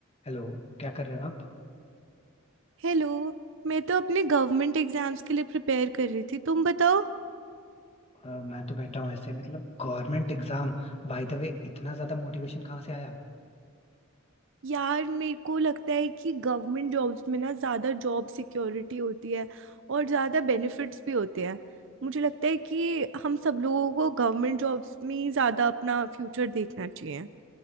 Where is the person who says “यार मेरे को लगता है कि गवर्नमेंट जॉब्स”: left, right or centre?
Right